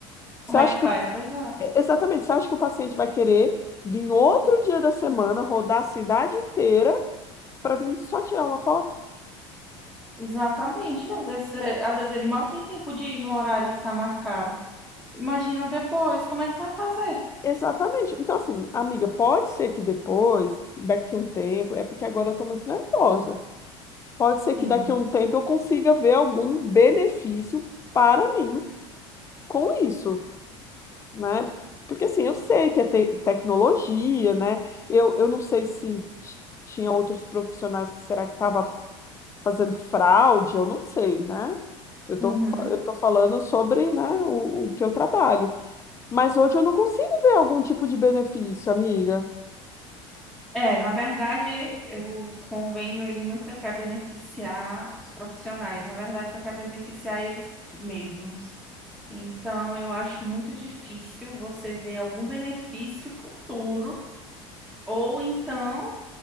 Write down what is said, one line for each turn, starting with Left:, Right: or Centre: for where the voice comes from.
Left: Você
Centre: Como
Left: acha
Centre: é que
Left: que,
Centre: faz?
Left: o-
Centre: Pois é,
Left: é, exatamente, você acha que o paciente vai querer vir outro dia da semana, rodar a cidade inteira para vir só tirar uma foto?
Centre: exatamente. Às vezes, é, às vezes ele mal tem tempo de ir no horário que está marcado. Imagina depois, como é que vai fazer?
Left: Exatamente. Então, assim, amiga, pode ser que depois, daqui um tempo, é porque agora eu estou muito nervosa. Pode
Centre: Sim.
Left: ser que daqui a um tempo eu consiga ver algum benefício para mim com isso, né? Porque, assim, eu sei que é te- tecnologia, né? Eu, eu não sei se t- tinha outros profissionais que será que estava fazendo fraude, eu não sei, né? Eu tô,
Centre: Uhum.
Left: fa- eu tô falando sobre, né, o, o que eu trabalho. Mas hoje eu não consigo ver algum tipo de benefício, amiga.
Centre: É, na verdade, é, o convênio ele nunca quer beneficiar os profissionais. Na verdade, só quer beneficiar eles mesmos. Então, eu acho muito difícil você ver algum benefício futuro Ou então,